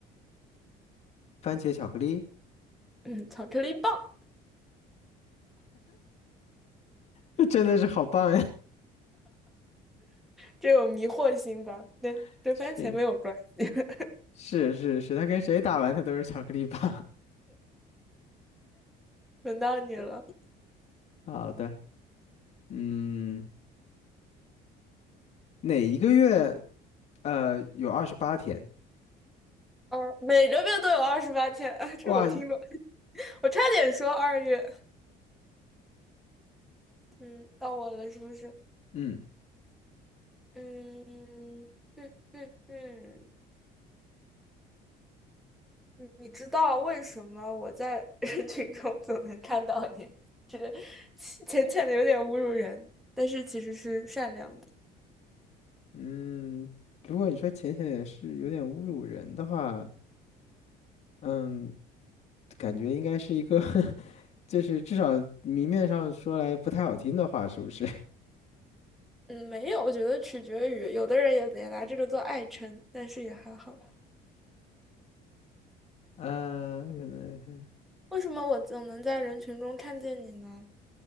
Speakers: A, on the left; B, in the centre.
A: 番茄巧克力，
B: 嗯，巧克力棒，
A: <laughs> 真的是好棒呀！
B: 这有迷惑性吧？跟跟番茄没有关系。
A: <laughs> 是
B: <laughs>
A: 是是是，他跟谁打完他都是巧克力棒。
B: 轮到你了，
A: <laughs> 好的，嗯，哪一个月？呃，有二十八天。
B: 二每个月都有二十八天啊，这我听过，
A: 哇，
B: 我差点说二月。嗯，到我了，是不是？
A: 嗯
B: 嗯哼哼哼，你你知道为什么我在 <laughs> 人群中总能看到你？这个浅浅浅的有点侮辱人，但是其实是善良的。
A: 嗯，如果你说浅浅也是有点侮辱人的话，嗯，感觉应该是一个 <laughs> 就是至少明面上说来不太好听的话，是不是？
B: 嗯，没有，我觉得取决于有的人也也拿这个做爱称，但是也还好。
A: <laughs> 呃，为什么呢
B: 为什么我总能在人群中看见你呢？